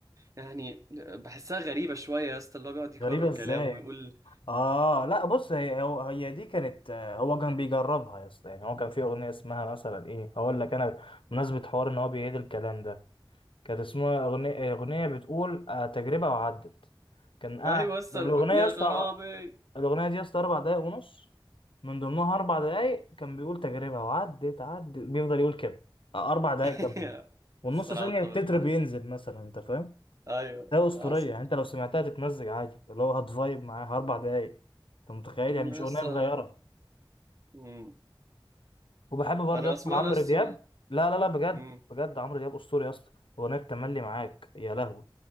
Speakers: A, on the right; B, on the left.
A: يعني بحسها غريبة شوية يا اسطى اللي هو بيقعد يكرر
B: غريبة
A: كلامه
B: ازاي
A: ويقول
B: اه لا بص هي هو هي دي كانت آه، هو كان بيجربها يا اسطى يعني هو كان في اغنيه اسمها مثلا ايه هقول لك انا بمناسبه حوار ان هو بيعيد الكلام ده كانت اسمها اغنيه اغنيه بتقول آه، تجربه وعدت كان قاعد
A: ايوه يا اسطى
B: الاغنيه
A: يا
B: يا اسطى
A: غرابي
B: الاغنيه دي يا اسطى اربع دقايق ونص من ضمنها اربع دقايق كان بيقول تجربه وعدت عدت بيفضل يقول كده آه، اربع دقايق
A: <laughs>
B: كاملين والنص
A: الصراحة
B: ثانيه
A: اتفق
B: التتر
A: معاك
B: بينزل مثلا انت فاهم
A: ايوه
B: ده اسطوريه
A: اصلا
B: يعني انت لو سمعتها تتمزج عادي اللي هو هتفايب معاها اربع دقايق انت متخيل
A: لسه
B: يعني مش اغنيه صغيره
A: مم.
B: وبحب برضه
A: انا
B: يا
A: بسمع
B: اسطى عمرو
A: له لسه
B: دياب لا لا لا بجد
A: مم.
B: بجد عمرو دياب اسطوري يا اسطى اغنيه تملي معاك يا لهوي